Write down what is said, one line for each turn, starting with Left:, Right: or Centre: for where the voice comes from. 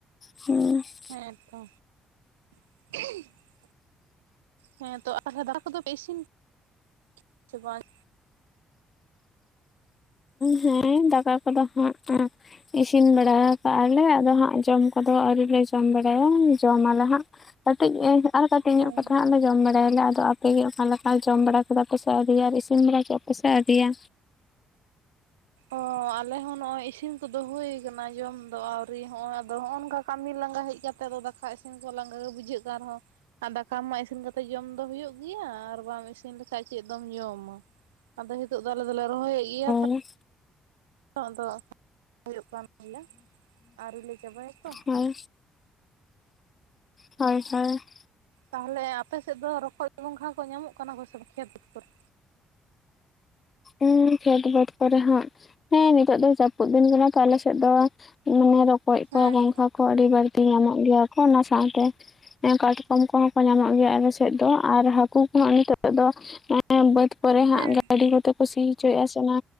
Left: ᱦᱩᱸ ᱾
Right: ᱦᱮᱸᱛᱚ ᱾ <unintelligible> ᱦᱮᱸ ᱛᱚ ᱛᱟᱦᱞᱮ ᱫᱟᱠᱟ ᱠᱚᱫᱚ ᱯᱮ ᱤᱥᱤᱱ ᱠᱮᱫᱟ ᱥᱮ ᱵᱟᱝ?
Left: ᱦᱮᱸ ᱫᱟᱠᱟ ᱠᱚᱫᱚ ᱦᱟᱸᱜ ᱤᱥᱤᱱ ᱵᱟᱲᱟ ᱠᱟᱜᱼᱟ ᱞᱮ, ᱟᱫᱚ ᱦᱟᱸᱜ ᱡᱚᱢ ᱠᱚᱫᱚ ᱟᱹᱣᱨᱤ ᱞᱮ ᱡᱚᱢ ᱵᱟᱲᱟᱭᱟ ᱡᱚᱢ ᱟᱞᱮ ᱦᱟᱸᱜ ᱾ ᱠᱟᱹᱴᱤᱡ ᱟᱨ ᱠᱟᱹᱴᱤᱡ
Right: ᱦᱳᱭ
Left: ᱧᱚᱜ ᱠᱟᱛᱮᱜ
Right: ᱦᱳᱭ
Left: ᱞᱮ ᱦᱟᱸᱜ ᱞᱮ ᱡᱚᱢ ᱵᱟᱲᱟᱭᱟᱞᱮ, ᱟᱫᱚ ᱟᱯᱮᱜᱮ ᱚᱠᱟ ᱞᱮᱠᱟ ᱡᱚᱢ ᱵᱟᱲᱟ ᱠᱮᱫᱟ ᱯᱮ ᱥᱮ ᱟᱹᱣᱨᱤᱭᱟ ᱟᱨ ᱤᱥᱤᱱ ᱵᱟᱲᱟ ᱠᱮᱫᱟ ᱯᱮ ᱥᱮ ᱟᱹᱣᱨᱤᱭᱟ?
Right: ᱚᱸ ᱟᱞᱮ ᱦᱚᱸ ᱱᱚᱜᱼᱚᱭ ᱤᱥᱤᱱ ᱠᱚᱫᱚ ᱦᱩᱭ ᱠᱟᱱᱟ ᱡᱚᱢ ᱫᱚ ᱟᱹᱣᱨᱤ, ᱦᱚᱸᱜᱼᱚᱭ ᱟᱫᱚ ᱦᱚᱸᱜᱼᱚ ᱱᱚᱝᱠᱟ ᱠᱟᱹᱢᱤ ᱞᱟᱸᱜᱟ ᱦᱮᱡ ᱠᱟᱛᱮᱫ ᱫᱚ ᱫᱟᱠᱟ ᱤᱥᱤᱱ ᱠᱚ ᱞᱟᱸᱜᱟ ᱜᱮ ᱵᱩᱡᱷᱟᱹᱜ ᱠᱟᱱ ᱨᱮᱦᱚᱸ ᱟᱨ ᱫᱟᱠᱟ ᱢᱟ ᱤᱥᱤᱱ ᱠᱟᱛᱮ ᱡᱚᱢ ᱫᱚ ᱦᱳᱭᱳᱜ ᱜᱮᱭᱟ, ᱟᱨ ᱵᱟᱢ ᱤᱥᱤᱱ ᱞᱮᱠᱷᱟᱡ ᱪᱮᱫ ᱫᱚᱢ ᱡᱚᱢᱟ? ᱟᱫᱚ ᱦᱤᱛᱚᱜ ᱫᱚ ᱟᱞᱮ ᱫᱚᱞᱮ ᱨᱚᱦᱚᱭᱮᱫ ᱜᱮᱭᱟ ᱛᱚ ᱾
Left: ᱩᱸᱦ
Right: ᱱᱤᱛᱚᱜ ᱫᱚ ᱦᱩᱭᱩᱜ ᱠᱟᱱ ᱜᱮᱭᱟ ᱟᱹᱣᱨᱤ ᱞᱮ ᱪᱟᱵᱟᱭᱟ ᱛᱚ ᱾
Left: ᱦᱳᱭ ᱦᱳᱭ ᱦᱳᱭ ᱾
Right: ᱛᱟᱦᱚᱞᱮ ᱟᱯᱮ ᱥᱮᱫ ᱫᱚ ᱨᱚᱠᱚᱡᱸ ᱜᱚᱝᱜᱷᱟ ᱠᱚ ᱧᱟᱢᱚᱜ ᱠᱟᱱᱟ ᱠᱚᱥᱮ ᱵᱟᱝ ᱠᱷᱮᱛ ᱠᱚᱨᱮ?
Left: ᱩᱸ ᱠᱷᱮᱛ ᱵᱟᱹᱫᱽ ᱠᱚᱨᱮ ᱦᱟᱸᱜ ᱦᱮᱸ ᱱᱤᱛᱚᱜ ᱫᱚ ᱡᱟᱹᱯᱩᱫ ᱫᱤᱱ ᱠᱟᱱᱟ ᱛᱚ ᱟᱯᱮ ᱥᱮᱫ ᱫᱚ ᱢᱟᱱᱮ ᱨᱚᱠᱚᱡ
Right: ᱦᱮᱸ
Left: ᱠᱚ, ᱜᱚᱝᱜᱷᱟ ᱠᱚ ᱠᱚ ᱟᱹᱰᱤ ᱵᱟᱹᱲᱛᱤ ᱧᱟᱢᱚᱜ ᱜᱮᱭᱟ ᱠᱚ, ᱛᱚ ᱚᱱᱟ ᱥᱟᱶᱛᱮ ᱮᱸ ᱠᱟᱴᱠᱚᱢ ᱠᱚᱦᱚᱸ ᱠᱚ ᱧᱟᱢᱚᱜ ᱜᱮᱭᱟ ᱟᱞᱮ ᱥᱮᱫ ᱫᱚ ᱟᱨ ᱦᱟᱹᱠᱩ ᱠᱚ ᱦᱟᱸᱜ ᱱᱤᱛᱚᱜ ᱫᱚ ᱵᱟᱹᱫᱽ ᱠᱚᱨᱮ
Right: ᱦᱮᱸ
Left: ᱦᱟᱸᱜ ᱜᱟᱹᱰᱤ ᱠᱚᱛᱮ ᱠᱚ ᱥᱤ ᱦᱚᱪᱚᱭᱮᱫᱼᱟ ᱥᱮ ᱚᱱᱟ